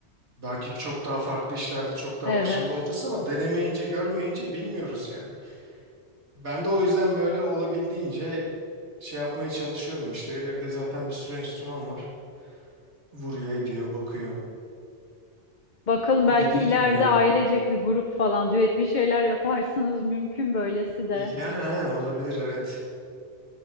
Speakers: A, on the right; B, on the left.
A: Belki çok daha farklı işlerde çok daha
B: Evet.
A: başarılı olacağız ama denemeyince görmeyince bilmiyoruz yani. Ben de o yüzden böyle olabildiğince şey yapmaya çalışıyorum işte. Evde zaten bir sürü enstrüman var. Vuruyor, ediyor, bakıyor.
B: Bakalım belki
A: Dediğin
B: ileride
A: gibi yani.
B: ailecek bir grup falan düet bir şeyler yaparsınız mümkün böylesi de.
A: Yani aynen olabilir evet.